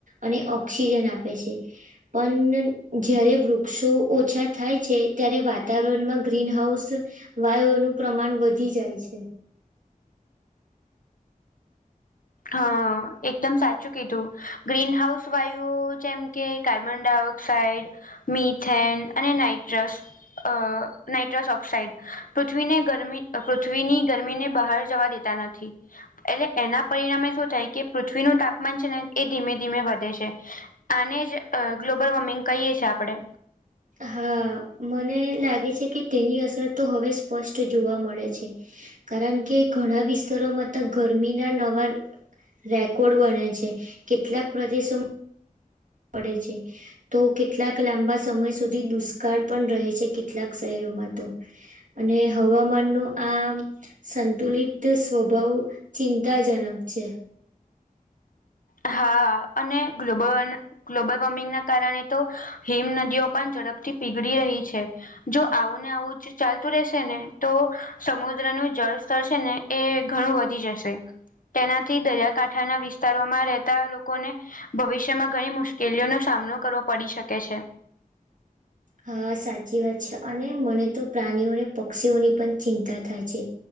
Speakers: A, on the right (about 60°); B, on the left (about 70°).
A: અને ઓક્સિજન આપે છે. પણ જ્યારે વૃક્ષો ઓછા થાય છે ત્યારે વાતાવરણમાં ગ્રીનહાઉસ વાયુઓનું પ્રમાણ વધી જાય છે.
B: હ એકદમ સાચું કીધું ગ્રીન હાઉસ વાયુઓ જેમ કે કાર્બન ડાયોક્સાઇડ મિથેન અને નાઇટ્રસ અ નાઇટ્રસ ઓક્સઇડ પૃથ્વીને ગરમી પૃથ્વીની ગરમીને બહાર જવા દેતા નથી એટલે એના પરિણામે શું થાય કે પૃથ્વીનું તાપમાન છે ને એ ધીમે ધીમે વધે છે. આને જ અ ગ્લોબલ વોર્મિંગ કહીએ છે આપણે.
A: હા મને લાગે છે કે તેની અસર તો હવે સ્પષ્ટ જોવા મળે છે. કારણ કે ઘણા વિસ્તારોમાં તો ગરમીના નવા રેકોર્ડ બને છે કેટલાક પ્રદેશોમાં પડે છે. તો કેટલાક લાંબા સમય સુધી દુષ્કાળ પણ રહે છે કેટલાક શહેરોમાં તો અને હવામાન નું આ સંતુલિત સ્વભાવ ચિંતાજનક છે.
B: હા અને ગ્લોબલ ગ્લોબલ વોર્મિંગના કારણે તો હિમ નદીઓ પણ ઝડપથી પીગડી રહી છે. જો આવું ને આવું જ ચાલતું રહેશે ને તો સમુદ્રનું જળ સ્તર છે ને એ ઘણું વધી જશે તેનાથી દરિયાકાંઠાના વિસ્તારોમાં- રેતા લોકોને ભવિષ્યમાં ઘણી મુશ્કેલીઓનો સામનો કરવો પડી શકે છે.
A: હા સાચી વાત છે અને મને તો પ્રાણીઓ અને પક્ષીઓની પણ ચિંતા થાય છે.